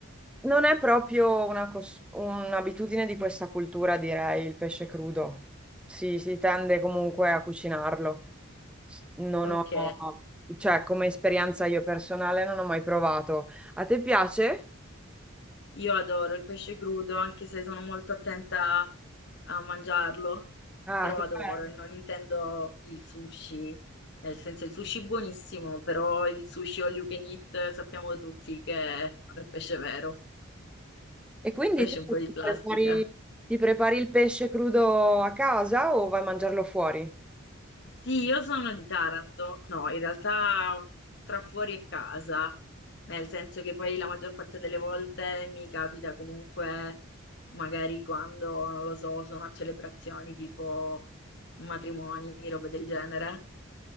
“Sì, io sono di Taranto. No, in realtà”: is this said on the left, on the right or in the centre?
Left